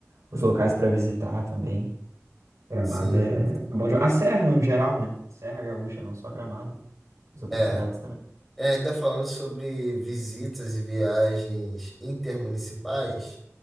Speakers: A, on the right (about 80°); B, in the centre.
A: Os locais para visitar também. Gramado
B: Sim,
A: é bom demais. A Serra, no geral, né? Serra Gaúcha, não só Gramado. As outras
B: é.
A: cidades também.
B: É, ainda falando sobre visitas e viagens intermunicipais,